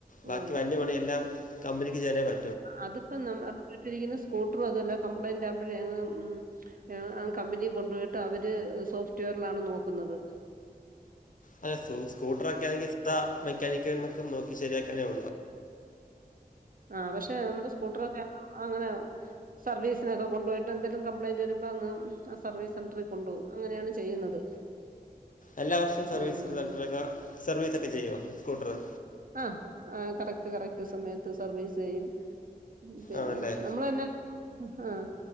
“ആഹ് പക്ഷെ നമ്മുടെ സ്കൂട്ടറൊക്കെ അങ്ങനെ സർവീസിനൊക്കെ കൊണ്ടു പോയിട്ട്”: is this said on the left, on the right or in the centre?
Right